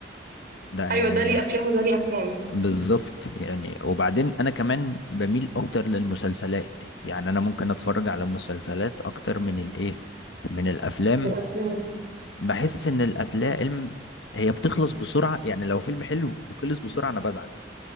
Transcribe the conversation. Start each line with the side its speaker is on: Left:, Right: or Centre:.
Left: ده
Right: أيوة
Left: يعني
Right: ده ليه أفلام وده ليه أفلام
Left: بالظبط يعني وبعدين انا كمان بميل اكتر للمسلسلات يعني انا ممكن اتفرج على مسلسلات اكتر من الايه من الافلام
Right: الأفلام
Left: بحس ان الافلام هي بتخلص بسرعه يعني لو فيلم حلو وخلص بسرعه انا بزعل